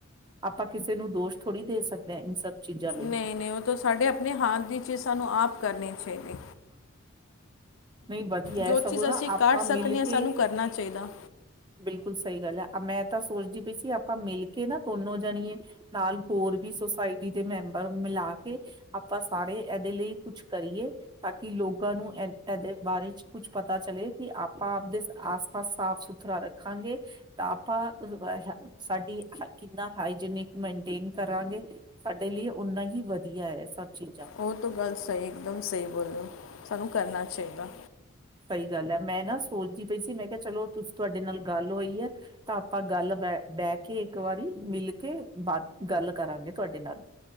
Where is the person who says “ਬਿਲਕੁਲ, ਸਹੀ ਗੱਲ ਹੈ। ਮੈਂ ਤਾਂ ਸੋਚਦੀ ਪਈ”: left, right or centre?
Right